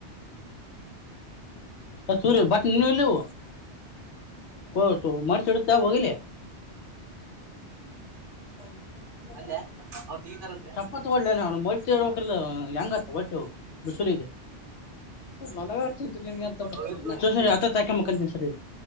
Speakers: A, on the left; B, on the right.
A: ಸೂರಿ ಬಟ್ಟೆ ನಿನ್ನ ಹುಲ್ಲೇ ನೀವು ಕೊಡಕ್ಕ ಮಾಡ್ಸಿರ್ತೀಯ ಹೋಗಿಲಿ ನಿಂದ
B: ಅಲ್ಲ ಅವ ತೆಗಿತಾರಂತೆ
A: ಚಪ್ಪಲ್ತಾಳ ತಗೊಳ್ಳೇನ್ ಮಡಚಿ ಇಡಬೇಕಲ್ಲ ಹೆಂಗ ಕಬ್ಬಡ್ಡಿ ಬಿಸಿಲಿಗೆ ನನಗ ಚಿಂತಿಲ್ಲ ನಿನಗಿಂತ
B: ಅವ್ರ
A: ಪರಿಸ್ಥಿತಿ
B: ಇಬ್ರು
A: ಹತ್ತತ್ತೈಕೆ ಮಕ್ಕೊಂತೀನ್ ಸರಿ ಇಲ್ಲಿ